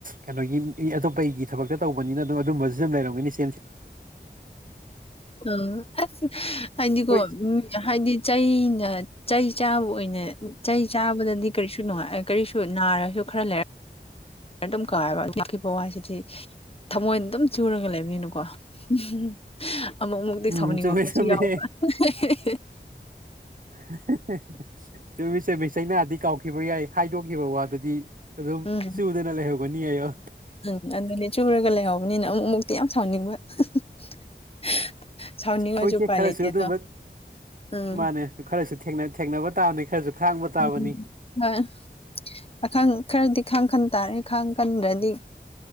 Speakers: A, on the right; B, on the left.
A: ꯀꯩꯅꯣꯒꯤ ꯏ ꯑꯇꯣꯞꯄ ꯑꯩꯒꯤ ꯊꯕꯛꯇ ꯇꯧꯕꯅꯤꯅ ꯑꯣ ꯑꯗꯨꯝꯕꯁꯨ ꯑꯗꯨꯝ ꯂꯩꯔꯝꯒꯅꯤ ꯁꯤ
B: ꯑ ꯑꯁ ꯍꯥꯏꯗꯤ ꯀꯣ
A: ꯍꯣꯏ
B: ꯍꯥꯏꯗꯤ ꯆꯩꯅ ꯆꯩ ꯆꯥꯕ ꯑꯣꯏꯅ ꯆꯩ ꯆꯥꯕꯗꯗꯤ ꯀꯔꯤꯁꯨ ꯅꯨꯡꯉꯥꯏ ꯀꯔꯤꯁꯨ ꯅꯥꯔꯁꯨ ꯈꯔ ꯂꯩꯔ ꯑꯗꯨꯝ ꯀꯥꯎꯋꯦꯕ ꯑꯣꯛꯈꯤꯕ ꯋꯥꯁꯤꯗꯤ ꯊꯃꯣꯏꯗ ꯑꯗꯨꯝ ꯆꯨꯔꯒ ꯂꯩꯕꯅꯤꯅꯀꯣ ꯎꯝ <unintelligible> ꯑꯃꯨꯛ ꯃꯨꯛꯇꯤ
A: ꯎꯝ
B: ꯁꯥꯎꯅꯤꯡꯉꯛꯄꯁꯨ
A: ꯆꯨꯝꯃꯦ ꯆꯨꯝꯃꯦ
B: ꯌꯥꯎꯕ <unintelligible>
A: <unintelligible> ꯆꯨꯝꯃꯤꯁꯦ ꯃꯤꯆꯩꯅꯥꯗꯤ ꯀꯥꯎꯈꯤꯕ ꯌꯥꯏ ꯍꯥꯏꯗꯣꯛꯈꯤꯕ ꯋꯥꯗꯨꯗꯤ ꯑꯗꯨꯝ
B: ꯎꯝ
A: ꯆꯨꯗ ꯅ ꯂꯩꯍꯧꯒꯅꯤ ꯑꯌꯣ
B: ꯎꯝ ꯑꯗꯨꯅꯤ ꯆꯨꯔꯒ ꯂꯩꯍꯧꯕꯅꯤꯅ ꯑꯃꯨꯛ ꯃꯨꯛꯇꯤ ꯌꯥꯝ ꯁꯥꯎꯅꯤꯡꯕ <unintelligible> ꯁꯥꯎꯅꯤꯡꯉꯁꯨ
A: ꯍꯣꯏꯁꯦ
B: ꯎꯄꯥꯏ
A: ꯈꯔꯁꯨ
B: ꯂꯩꯇꯦꯗꯣ
A: ꯑꯗꯨꯝꯕ
B: ꯎꯝ
A: ꯃꯥꯅꯦ ꯈꯔꯁꯨ ꯊꯦꯡꯅ ꯊꯦꯡꯅꯕ ꯇꯥꯕꯅꯦ ꯈꯔꯁꯨ ꯈꯥꯡꯕ ꯇꯥꯕꯅꯤ
B: <unintelligible> ꯍꯣꯏ ꯑꯈꯥꯡ ꯈꯔꯗꯤ ꯈꯥꯡ ꯈꯟ ꯇꯥꯔꯦ ꯈꯥꯡ ꯀꯟꯗ꯭ꯔꯗꯤ